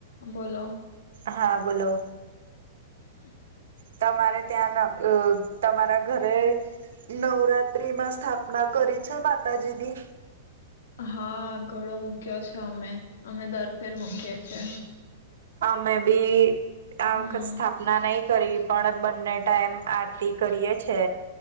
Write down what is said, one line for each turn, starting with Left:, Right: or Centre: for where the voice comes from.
Left: બોલો
Right: હા બોલો
Left: હમ
Right: તમારે ત્યાં તમારા ઘરે નવરાત્રીમાં સ્થાપના કરી છે માતાજીની
Left: હા ઘણો મો- મૂક્યો છો અમે અમે દરફેર મૂકીએ છીએ હે
Right: અમે બી આ
Left: હમ
Right: વખત સ્થાપના નહી ફરી પણ બંને ટાઈમ આરતી કરીયે છે